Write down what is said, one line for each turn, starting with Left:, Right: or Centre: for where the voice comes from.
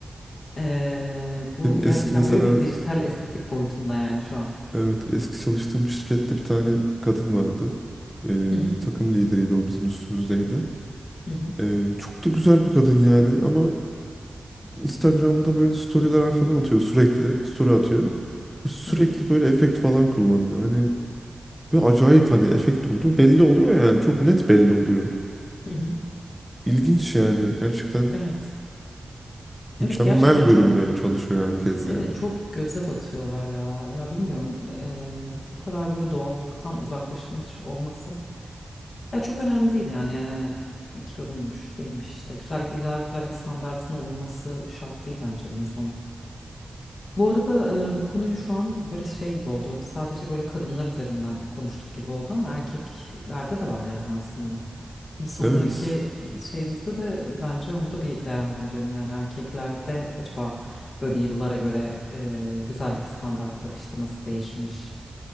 Left: E, bu
Centre: Benim
Left: gerçekten
Centre: eski mesela
Left: böyle bir dijital estetik boyutunda yani şu an.
Centre: evet eski çalıştığım şirkette bir tane kadın vardı. E,
Left: Hı hı,
Centre: takım lideriydi o bizim üstümüzdeydi.
Left: hı hı,
Centre: E, çok da güzel bir kadın yani ama Instagram'da böyle storyler falan atıyor sürekli. Story atıyor.
Left: hı
Centre: Sürekli
Left: hı,
Centre: böyle efekt falan kullanıyor. Hani Ve acayip hani efekt olduğu belli oluyor yani. Çok net belli oluyor.
Left: hı hı.
Centre: İlginç yani. Gerçekten
Left: Evet.
Centre: mükemmel
Left: Evet gerçekten
Centre: görünmeye
Left: çok
Centre: çalışıyor herkes
Left: evet
Centre: yani.
Left: çok göze batıyorlar ya. Ya bilmiyorum e, bu kadar böyle doğallıktan uzaklaşılmış olması. Ya çok önemli değil yani. Ee, Kiloluymuş, değilmiş işte. Güzellik illa güzellik standartına uyması şart değil bence bir insanın. Bu arada e, bu konuyu şu an böyle şey gibi oldu. Sadece böyle kadınlar üzerinden konuştuk gibi oldu ama erkeklerde de var yani aslında. Bir sonraki
Centre: Evet.
Left: şeyimizde de bence onu da bir değerlendirelim. Yani erkeklerde acaba böyle yıllara göre e, güzellik standartları işte nasıl değişmiş,